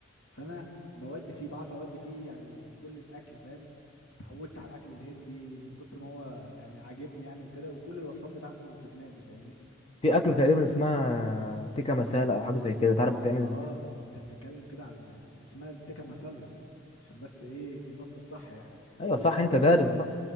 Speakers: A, on the left; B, on the left.
A: فانا بودي فيه بعرف اودي فيه يعني كل الاكل فاهم اتعودت على الاكل الهندي من كتر ما هو يعني عاجبني يعني وكده وكل الوصفات بتاعته في دماغي فاهمني
B: في اكل تقريبا اسمها تيكا مسالة او حاجه زي كده تعرف بتعمل
A: اه
B: ازاي
A: انت بتتكلم كده على ال- ال- اسمها التكه مسله عشان بس ايه النطق الصح يعني
B: ايوه
A: بص
B: صح
A: يا سيدي
B: انت
A: اقول
B: دارس
A: لك
B: بقى